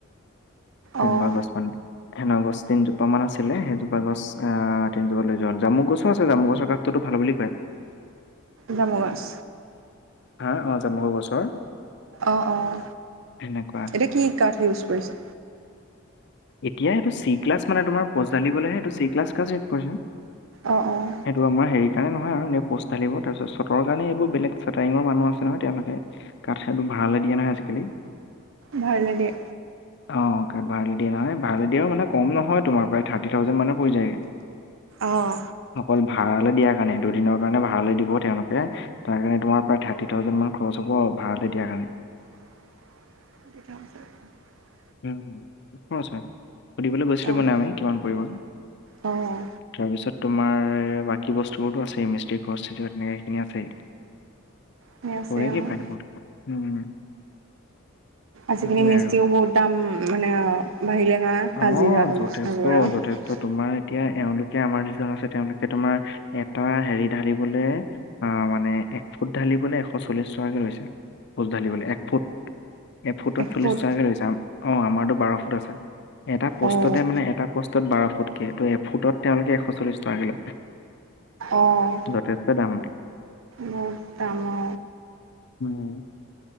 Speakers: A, on the left; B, on the right.
A: তেনেকুৱা
B: অঁ
A: গছ মানে সেন গছ তিনজোপ মান আছিলে সেইজোপা গছ আহ তিনজোপা লৈ যোৱা হল জামু গছো আছে জামু গছৰ কাঠটোতো ভাল বুলি কয়।
B: জামু গছ
A: হা অ যামু গছৰ
B: অঁ অঁ
A: সেনেকুৱা
B: এতিয়া কি কাঠ ইউজ কৰিছা।
A: এতিয়া এইটো চি ক্লাছ মানে তোমাৰ পজালদিবলেহে এইটো চি ক্লাছ সেইটো
B: অঁ অঁ
A: আমাৰ হেৰি সেইকাৰণে নহয় এনে পোষ্ট ঢালিব তাৰ পিছত চতৰ কাৰণে এইবোৰ বলেগ চেটাৰিঙৰ মানুহ আছে নহয় তেওঁলোকে কঠালটো ভাড়ালৈ দিয়া নহয় আজিকালি
B: ভাড়ালৈ দিয়ে।
A: অ কাঠ ভাড়ালৈ দিয়ে নহয় ভাড়াল দিয়েও মানে কম নহয় তোমাৰ প্ৰায় থাৰ্টি থাউজেণ্ড মানে পৰি যায়গৈ
B: অঁ
A: অকল ভাড়ালৈ দিয়া। কাৰণে দুদিনৰ কাৰণে ভাড়ালৈ দিব তেওঁলোকে তাৰ কাৰণে তোমাৰ প্ৰায় থাৰ্টি থাউজেন মানে খৰচ হব ভাড়ালৈ দিয়াৰ কাৰণে হয়।
B: <unintelligible>
A: উম। বহুত খৰচ হয় সুধিবলৈ গৈছিলো
B: অঁ
A: মানে আমি কিমান পৰিব
B: অ',
A: তাৰপিছত। তোমাৰ বাকী বস্তুবোৰতো আছে মিস্ত্ৰিক খস্থিতি তেনেকে সেইখিনি আছে এই?
B: সেই আছে
A: কৰে কি
B: অ'।
A: <unintelligible> উম'
B: আজিকালি
A: সেইবোৰে
B: মিস্ত্ৰি
A: আৰু
B: বোৰো বহুত দাম। মানে বাহিৰে নহয়
A: অ
B: হাজিৰা তোমাৰ
A: যথেষ্ট
B: আগত কৈ।
A: যথেষ্ট তোমাৰ এতিয়া এওঁলোকে আমাৰ যিজন আছে তেওঁলোকে তোমাৰ এটা হেৰি ঢালিবলে আঁহ মানে' এক ফুট ঢালিবলৈ এশ চল্লিশ টকাকে লৈছেইভোল ঢালিবলৈ এক ফুট। এফুট'ত
B: এখুত
A: চল্লিশ টকাকে লৈছে ন আমাৰতো বাৰশ ফুট আছে এটা পষ্টতে
B: অ',
A: মানে এটা পষ্টতে- বাৰ ফুটকে, এফুটত তেওঁলোকে এশল্লিশ টকাকে লাগে।
B: অ',
A: যথেষ্ট দাম।
B: বহুত দাম অ।
A: উমঁ।